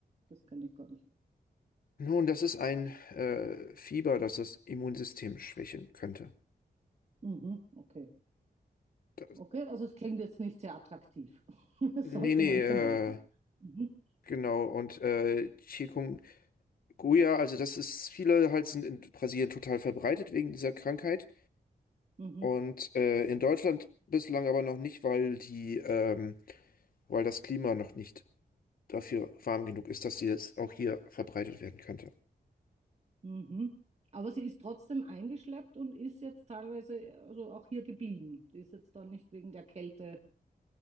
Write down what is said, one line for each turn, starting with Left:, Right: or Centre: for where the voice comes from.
Right: Das kann ich gar nicht.
Left: Nun, das ist ein äh, Fieber, das das Immunsystem schwächen könnte.
Right: Mhm, okay.
Left: Das,
Right: Okay, also es klingt jetzt nicht sehr attraktiv. <laughs> Das
Left: nee,
Right: sollte
Left: nee,
Right: man
Left: äh,
Right: vermeiden. Mhm,
Left: genau. Und äh, Chikungunya, also das ist, viele halt sind in Brasilien total verbreitet wegen dieser Krankheit.
Right: mhm,
Left: Und äh, in Deutschland bislang aber noch nicht, weil die, ähm, weil das Klima noch nicht dafür warm genug ist, dass sie jetzt auch hier verbreitet werden könnte.
Right: mhm. Aber sie ist trotzdem eingeschleppt und ist jetzt teilweise also auch hier geblieben. Die ist jetzt dann nicht wegen der Kälte